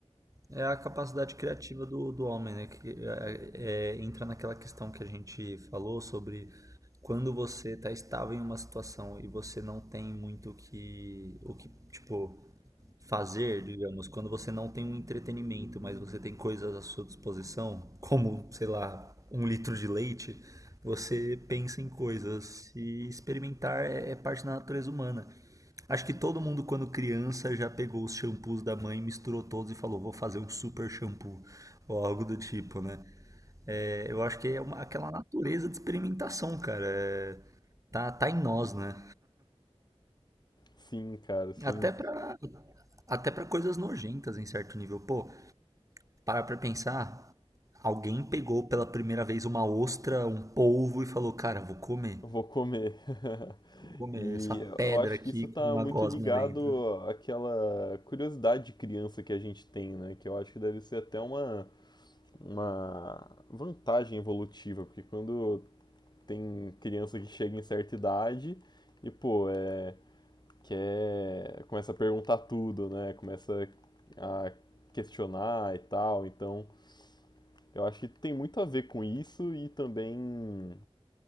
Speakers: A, on the right; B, on the left.
A: É a capacidade criativa do, do homem, né? Que é, é, entra naquela questão que a gente falou sobre quando você está estável em uma situação e você não tem muito o que, o que, tipo, fazer, digamos, quando você não tem um entretenimento, mas você tem coisas à sua disposição, como, sei lá, um litro de leite, você pensa em coisas. E experimentar é, é parte da natureza humana. Acho que todo mundo, quando criança, já pegou os shampoos da mãe, misturou todos e falou: vou fazer um super shampoo, ou algo do tipo, né? É, eu acho que é uma- aquela natureza de experimentação, cara. É, tá, tá em nós, né?
B: Sim, cara, sim.
A: Até pra, até pra coisas nojentas, em certo nível. Pô, para pra pensar, alguém pegou pela primeira vez uma ostra, um polvo e falou: cara, vou comer.
B: Vou comer. <laughs>
A: Vou comer
B: E
A: essa pedra
B: eu acho
A: aqui
B: que isso tá
A: com uma
B: muito
A: gosma
B: ligado
A: dentro.
B: àquela curiosidade de criança que a gente tem, né? Que eu acho que deve ser até uma, uma vantagem evolutiva, porque quando tem criança que chega em certa idade e, pô, é, quer, começa a perguntar tudo, né? Começa a questionar e tal. Então, eu acho que tem muito a ver com isso e também